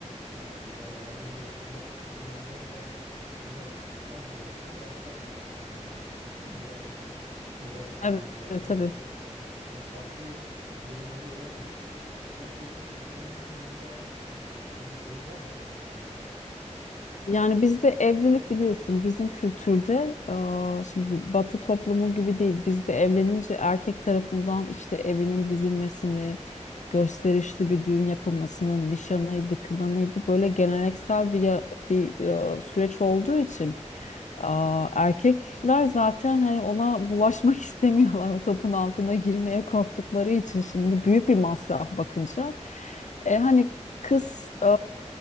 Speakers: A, on the right (about 75°); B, on the left (about 75°).
A: ee, yani yalnız yaşamak bir yandan da biraz az da olsa masraf da aslında demek değil mi? Yani eğer tabii
B: Evet
A: beraber
B: tabii.
A: yaşama imkanı varsa hani farklı yönleri olabilir. Gerçekten ekonominin bunda e, bir şeyi var mıdır sence?
B: Yani bizde evlilik biliyorsun bizim kültürde eee, şimdi Batı toplumu gibi değil. Bizde evlenince erkek tarafından işte evinin dizilmesini, gösterişli bir düğün yapılmasını, nişanıydı, kınanıydı böyle geleneksel bir ya- bir eee, süreç olduğu için. Aa, erkekler zaten hani ona bulaşmak <laughs> istemiyorlar o topun altına girmeye korktukları için şimdi büyük bir masraf bakınca. E, hani kız e,